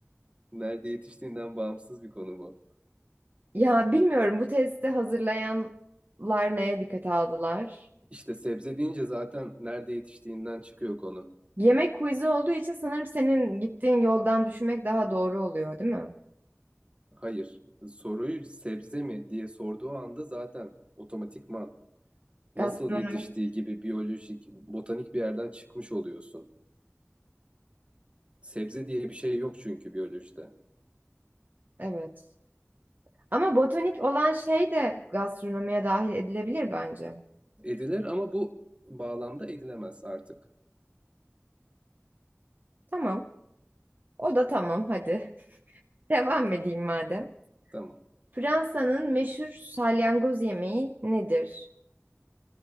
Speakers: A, on the right (about 25°); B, on the right (about 40°).
A: Nerede yetiştiğinden bağımsız bir konu bu.
B: Ya bilmiyorum bu testi hazırlayanlar neye dikkate aldılar?
A: İşte sebze deyince zaten nerede yetiştiğinden çıkıyor konu.
B: Yemek quiz'i olduğu için sanırım senin gittiğin yoldan düşünmek daha doğru oluyor, değil mi?
A: Hayır. Soruyu sebze mi diye sorduğu anda zaten otomatikman nasıl
B: Gastronomik,
A: yetiştiği gibi biyolojik, botanik bir yerden çıkmış oluyorsun. Sebze diye bir şey yok çünkü biyolojide.
B: evet. Ama botanik olan şey de gastronomiye dahil edilebilir bence.
A: Edilir ama bu bağlamda edilemez artık.
B: Tamam. O da tamam hadi. <laughs> Devam edeyim madem.
A: Tamam.
B: Fransa'nın meşhur salyangoz yemeği nedir?